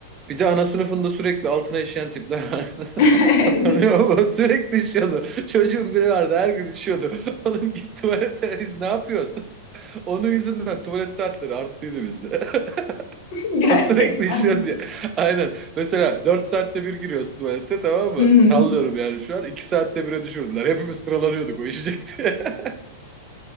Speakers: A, on the right; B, on the left.
A: Bir de ana sınıfında sürekli altına işeyen tipler vardı.
B: <laughs>
A: <laughs> Hatırlıyor
B: Evet.
A: musun? Sürekli işiyordu. Çocuğun biri vardı her gün işiyordu. <laughs> Oğlum git tuvalete biz ne yapıyorsun? Onun yüzünden tuvalet saatleri arttıydı bizde. <laughs>
B: <laughs> Gerçekten.
A: O sürekli işiyordu ya. Aynen. Mesela 4 saatte bir giriyoruz tuvalete tamam mı?
B: Hı hı.
A: Sallıyorum yani şu an. iki saatte bire düşürdüler. Hepimiz sıralanıyorduk o işecekti. <laughs>